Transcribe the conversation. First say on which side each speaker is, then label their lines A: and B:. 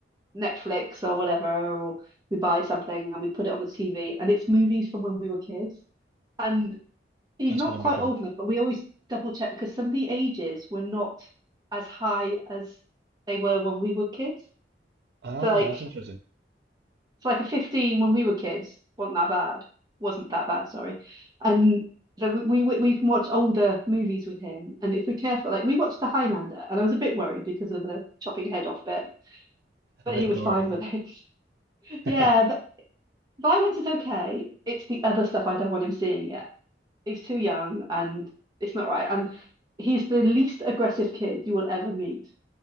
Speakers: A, on the right; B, on the right.
A: Netflix or whatever, or we buy something and we put it on the TV and it's movies from when we were kids. And he's
B: that's
A: not
B: wonderful.
A: quite old enough, but we always double check because some of the ages were not as high as they were when we were kids.
B: Ah,
A: So like
B: that's interesting.
A: so like a 15 when we were kids wasn't that bad. Wasn't that bad, sorry. And so we, we we can watch older movies with him. And if we're careful, like we watched The Highlander and I was a bit worried because of the chopping head off bit, but
B: A bit
A: he was
B: gory,
A: fine with it. <laughs>
B: yeah.
A: Yeah,
B: <laughs>
A: but violence is okay. It's the other stuff I don't want him seeing yet. He's too young and it's not right. And he's the least aggressive kid you will ever meet.